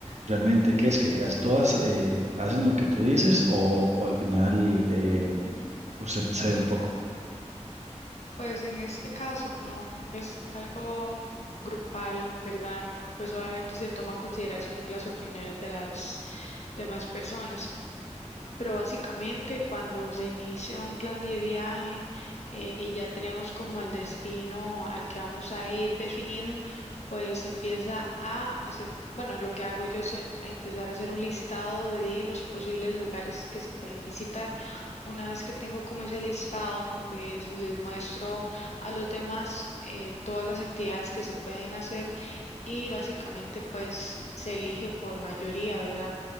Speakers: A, on the right; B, on the left.
A: realmente, qué es que as- todas eh, hacen lo que tú dices o, o al final eh, usted cede un poco?
B: Pues en este caso, como es algo grupal, ¿verdad? Pues obviamente se toma en consideración las opiniones de las demás personas. Pero básicamente cuando se inicia un plan de viaje eh, y ya tenemos como el destino al que vamos a ir definido, pues empieza a hacer, bueno, lo que hago yo es eh, a empezar a hacer un listado de los posibles lugares que se pueden visitar. Una vez que tengo como ese listado, pues les muestro a los demás eh, todas las actividades que se pueden hacer y básicamente pues se elige por mayoría, ¿verdad?